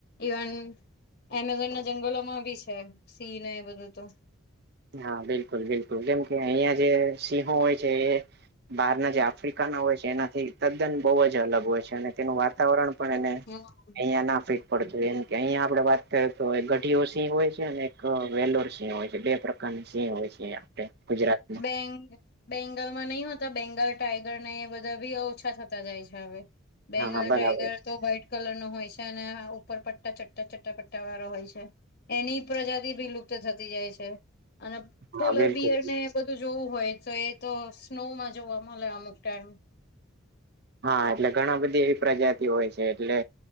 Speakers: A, on the left; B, on the right.
A: ઇવન એમેઝોન ના જંગલોમાં બી છે સિંહ ને એ બધું તો
B: હા બિલકુલ બિલકુલ કેમ કે અહિયાં જે સિંહો હોય છે એ બહારના જે આફ્રિકાના હોય છે એનાથી તદ્દન બહુ જ અલગ હોય છે અને તેનું વાતાવરણ પણ એને,
A: હમ
B: અહિયાં ના ફે પડ એમ કે અહિયાં આપડે વાત કરીએ તો ગઢીયો સિંહ હોય છે અને એક વેલોર સિંહ હોય છે બેકાર સ હોય છે. આપડે ગુજરાતમાં
A: બે બેંગાલમાં નહી હોતા બેંગાલ ટાઈગર ને એ બધા બી ઓછા થતા જાય છે હવે. બેંગાલ
B: હા હા બરાબર
A: ટાઈગર
B: છે
A: તો વ્હાઈટ કલર નો હોય છે અને ઉપર પટ્ટા ચટ્ટા ચટ્ટા પટ્ટા વાળો હોય છે. એની પ્રજાતિ ભી લુપ્ત થતી જાય છે, અને પોલર
B: હા બિલકુલ
A: બિયરને એ બધું જોવું હોય તો એ તો સ્નોમાં જોવા મળે અમુક ટાઈમ.
B: હા એટલે ઘણા બધી એવી પ્રજાતિ હોય છે એટલે,